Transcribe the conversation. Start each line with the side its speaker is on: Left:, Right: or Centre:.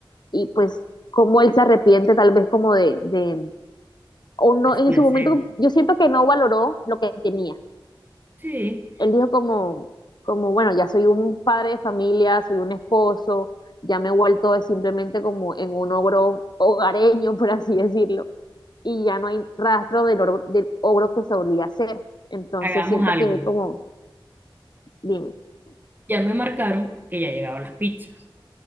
Left: y pues cómo él se arrepiente tal vez como de, de, o no,
Right: es el
Left: en
Right: deseo.
Left: su momento yo siento que no valoró lo que tenía.
Right: Sí,
Left: Él dijo como, como, bueno, ya soy un padre de familia, soy un esposo, ya me he vuelto de simplemente como en un ogro hogareño, <laughs> por así decirlo, y ya no hay rastro del, ogro, del ogro que solía ser. Entonces
Right: hagamos
Left: siento
Right: algo.
Left: que él como, dime,
Right: Ya me marcaron que ya llegaban las pizzas.